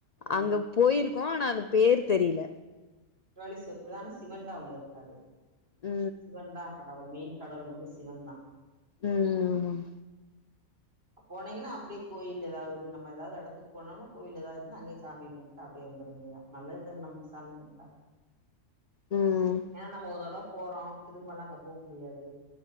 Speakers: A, on the right (about 40°); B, on the left (about 65°).
A: ஆ
B: அங்க போயிருக்கோம் ஆனால் அந்த பேர் தெரில
A: குற்றாளிஸ்வரர் கோயில் ஆனா சிவன் தான் உள்ள இருக்காரு
B: ம்
A: சிவன் தா கடவுள் மெயின் கடவுள் வந்து சிவன் தா
B: உம் உம்
A: போனீங்கன்னா அப்டியே கோயில் ஏதாவது நம்ம ஏதாவது இடத்துக்கு போனம்னா கோவில் ஏதாவது இருந்தா அங்கே சாமியே கும் அப்டியே வந்துர வேண்டி தா நல்ல தான நமக்கு சாமி கும்ட்டா
B: ம் ம்
A: ஆ நம்ம ஒரு தட போறோம் திரும்பல்லாம் அங்க போ முடியாது